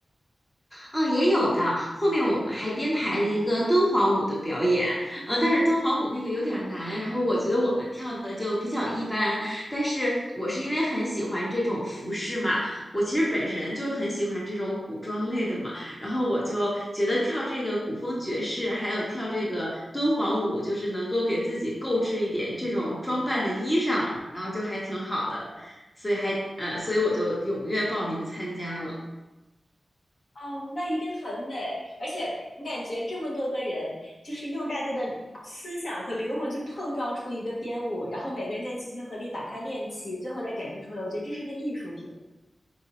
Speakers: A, on the left; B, on the left.
A: 嗯，也有的。后面我们还编排了一个敦煌舞的表演，呃，但是敦煌舞那个有点儿难，然后我觉得我们跳的就比较一般。但是我是因为很喜欢这种服饰嘛，我其实本身就很喜欢这种古装类的嘛，然后我就觉得跳这个古风爵士，还有跳这个敦煌舞，就是能够给自己购置一点这种装扮的衣裳，然后就还挺好的，所以还呃，所以我就踊跃报名参加了。
B: 哦，那一定很美，而且你感觉这么多个人，就是用大家的思想和灵魂去碰撞出一个编舞，然后每个人再齐心合力把它练齐，最后再展示出来。我觉得这是个艺术品。